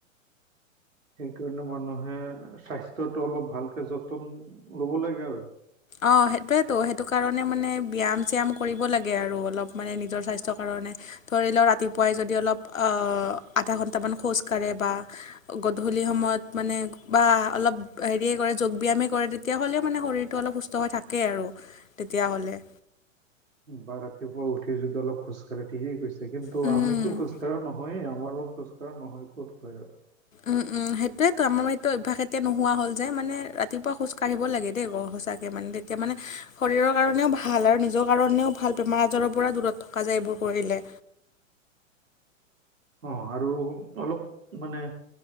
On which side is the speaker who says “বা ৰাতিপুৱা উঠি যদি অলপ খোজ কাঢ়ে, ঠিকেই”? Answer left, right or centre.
Right